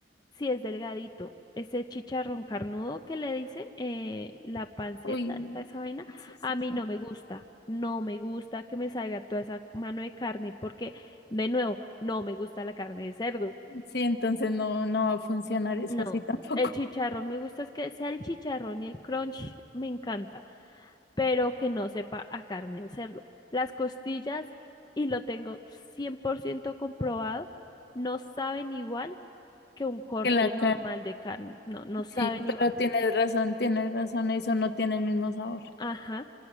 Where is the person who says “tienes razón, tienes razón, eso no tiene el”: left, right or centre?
Left